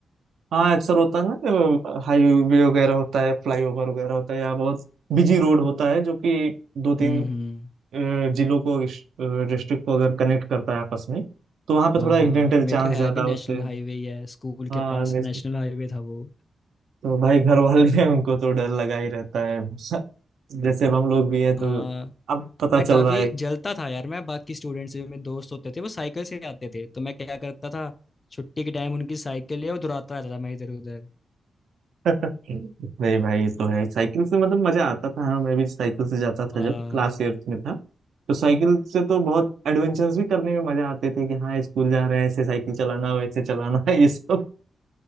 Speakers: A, on the right; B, on the left.
A: हाँ अक्सर होता है ना कि हाईवे वगैरह होता है फ्लाईओवर वगैरह होता है या बहुत बिजी रोड होता है जो कि दो
B: हम्म
A: तीन
B: हम्म
A: अ, जिलों को डिस्ट्रिक्ट को अगर कनेक्ट करता है आपस में तो वहाँ पे
B: हाँ
A: थोड़ा
B: हाँ
A: एक्सीडेंटल
B: मैं
A: चांस
B: तो है
A: ज्यादा
B: भी नेशनल
A: होते हैं
B: हाईवे ही है स्कूल
A: हाँ
B: के पास
A: जैसे
B: नेशनल हाईवे था वो
A: तो भाई घर वाले हैं उनको तो डर लगा ही रहता है <laughs> जैसे अब हम लोग भी हैं तो
B: हाँ
A: अब पता
B: मैं
A: चल
B: काफी
A: रहा है
B: जलता था यार मैं बाकी स्टूडेंट्स जो मेरे दोस्त होते थे वो साइकिल से आते थे तो मैं क्या करता था छुट्टी के टाइम उनकी साइकिल ले और दौड़ाता रहता था मैं इधर उधर
A: नहीं भाई ये तो है साइकिल से मतलब मजा आता था हाँ मैं भी साइकिल से जाता था
B: हाँ
A: जब क्लास एट्थ में था तो साइकिल से तो बहुत एडवेंचर्स भी करने में मजा आते थे कि हाँ स्कूल जा रहे हैं ऐसे साइकिल चलाना वैसे चलाना <laughs> ये सब